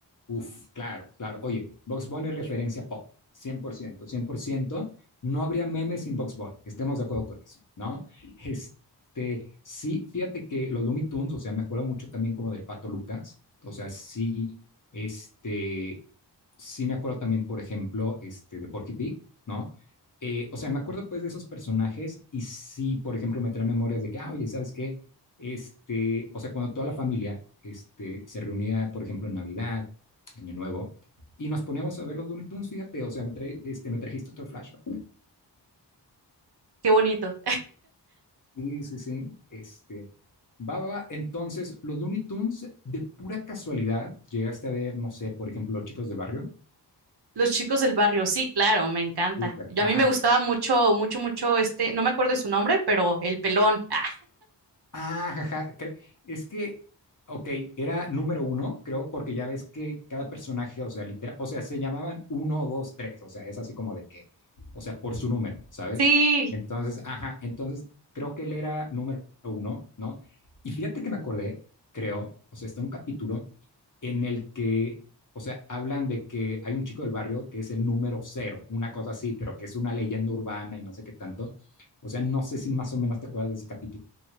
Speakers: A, on the left (about 45°); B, on the right (about 65°).
A: Uf, claro, claro. Oye, Box Bunny es referencia pop, cien cien por ciento, cien por ciento. No habría memes sin Box Bunny, estemos de acuerdo con eso, ¿no? Este, sí, fíjate que los Looney Tunes, o sea, me acuerdo mucho también como del Pato Lucas, o sea, sí, este, sí me acuerdo también, por ejemplo, este, de Porky Pig, ¿no? Eh, o sea, me acuerdo pues de esos personajes y sí, por ejemplo, me trae memorias de que, ah, oye, ¿sabes qué? Este, o sea, cuando toda la familia, este, se reunía, por ejemplo, en Navidad año nuevo, y nos poníamos a ver los Looney Tunes, fíjate, o sea, me, trae, este, me trajiste otro flashback.
B: Qué bonito.
A: Sí, sí, sí, este, Baba, entonces, los Looney Tunes, de pura casualidad, llegaste a ver, no sé, por ejemplo, Los Chicos del Barrio,
B: Los chicos del barrio, sí, claro, me encanta.
A: súper,
B: Yo,
A: ajá,
B: a mí me gustaba mucho, mucho, mucho este, no me acuerdo de su nombre, pero el pelón. Ah,
A: Ah, jaja, creo- es que, ok, era número uno, creo, porque ya ves que cada personaje, o sea, literal, o sea, se llamaban uno, dos, tres, o sea, es así como de que, o sea, por su número, ¿sabes?
B: sí,
A: Entonces, ajá, entonces creo que él era número uno, ¿no? Y fíjate que me acordé, creo, o sea, está un capítulo en el que, o sea, hablan de que hay un chico del barrio que es el número cero, una cosa así, pero que es una leyenda urbana y no sé qué tanto. O sea, no sé si más o menos te acuerdas de ese capítulo.